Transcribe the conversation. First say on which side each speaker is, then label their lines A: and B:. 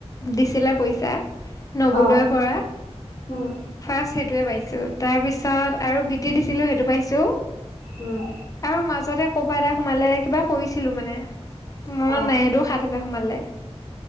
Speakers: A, on the left; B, on the left.
A: দিছিলে পইচা নৱোদয়ৰ
B: অ
A: পৰা।
B: উম
A: ফাৰ্ষ্ট সেইটোৱে পাইছো। তাৰপিছত আৰু বি টি দিছিলো সেইটো পাইছো।
B: উম
A: আৰু মাজতে কৰ'বাত এটা সোমালে কিবা কৰিছিলো মানে। মনত
B: অ অ
A: নাই সিহঁতও সাত হোজাৰ সোমালে।